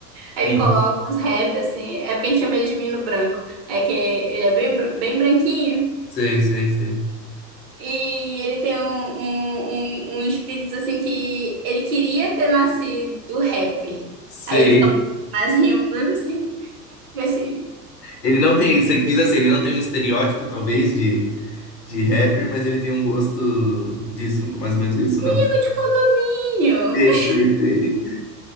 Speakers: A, on the right; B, on the left.
A: Aí
B: Uhum.
A: ele coloca uns rap assim. É porque a gente chama ele de menino branco. É que ele é bem, br- bem branquinho.
B: Sei, sei, sei.
A: E ele tem um, um, um, um espírito assim que ele queria ter nascido rapper.
B: Sei.
A: Aí ele fica muito mais rindo assim. Vai ser.
B: Ele não tem, você diz assim, ele não tem um estereótipo, talvez, de, de rapper, mas ele tem um gosto disso, mais ou menos isso,
A: Menino
B: não?
A: de condomínio.
B: Sei,
A: <laughs> Menino
B: sei, sei.